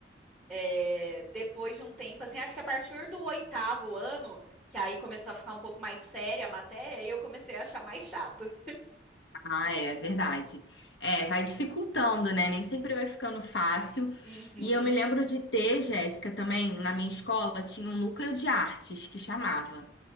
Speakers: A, in the centre; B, on the left (about 80°).
A: É, depois de um tempo, assim, acho que a partir do oitavo ano, que aí começou a ficar um pouco mais séria a matéria, aí eu comecei a achar mais chato.
B: Ah, é é verdade. É, vai dificultando, né? Nem sempre vai ficando fácil.
A: Uhum.
B: E eu me lembro de ter, Jéssica, também, na minha escola, tinha um núcleo de artes que chamava.